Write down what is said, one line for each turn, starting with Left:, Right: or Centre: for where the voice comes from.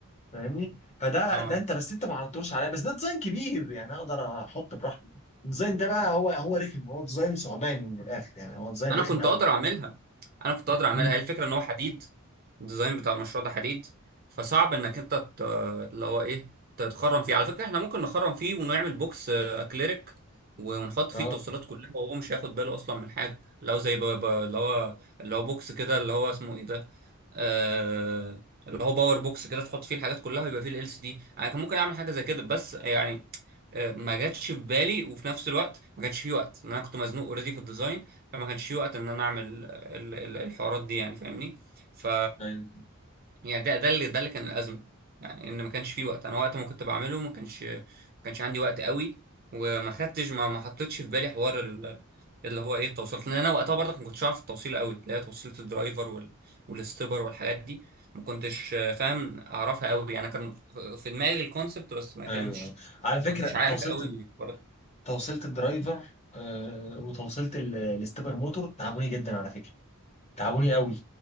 Left: فاهمني فده
Right: اه
Left: ده انت بس انت ما عرضتوش عليا بس ده ديزاين كبير يعني اقدر احط براحتي الديزاين ده بقى هو هو رخم هو ديزاين ثعباني من الاخر يعني هو ديزاين
Right: انا
Left: رخم
Right: كنت
Left: قوي
Right: اقدر اعملها انا كنت اقدر اعملها
Left: امم
Right: هي الفكره ان هو حديد الديزاين بتاع المشروع ده حديد فصعب انك انت ت- اللي هو ايه تتخرم فيه على فكره احنا ممكن نخرم فيه ونعمل بوكس آه، اكليريك و- ونحط فيه
Left: اه
Right: التوصيلات كلها وهو مش هياخد باله اصلا من حاجه لو زي ب- ب- اللي هو اللي هو بوكس كده اللي هو اسمه ايه ده آه اللي هو باور بوكس كده تحط فيه الحاجات كلها ويبقى فيه ال سي دي انا كان ممكن اعمل حاجه زي كده بس يعني آه، ما جاتش في بالي وفي نفس الوقت ما كانش فيه وقت لأن انا كنت مزنوق اوريدي في الديزاين فما كانش في وقت ان انا اعمل ال- ال- الحوارات دي يعني فاهمني ف
Left: ايوه
Right: يعني ده ده اللي ده اللي كان الازمه يعني ان ما كانش في وقت انا وقت ما كنت بعمله ما كانش ما كانش عندي وقت قوي وما خدتش ما ما حطيتش في بالي حوار ال- اللي هو ايه التوصيلات لان انا وقتها برضك ما كنتش عارف التوصيل قوي اللي هي توصيله الدرايفر وال... والاستبر والحاجات دي ما كنتش فاهم اعرفها قوي انا كان في دماغي الكونسبت بس ما
Left: ايوه
Right: كانش
Left: على فكره
Right: ما كنتش عارف
Left: توصيله
Right: قوي برضه
Left: توصيله الدرايفر آه وتوصيله ال- الاستبر موتور تعبوني جدا على فكره تعبوني قوي